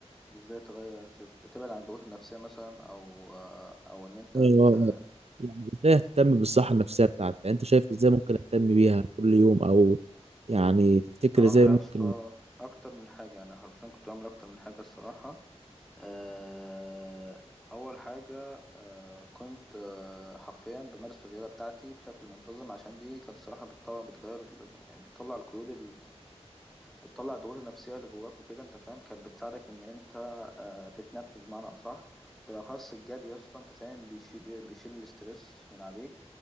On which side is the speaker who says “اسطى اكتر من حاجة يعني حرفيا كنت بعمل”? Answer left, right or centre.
Centre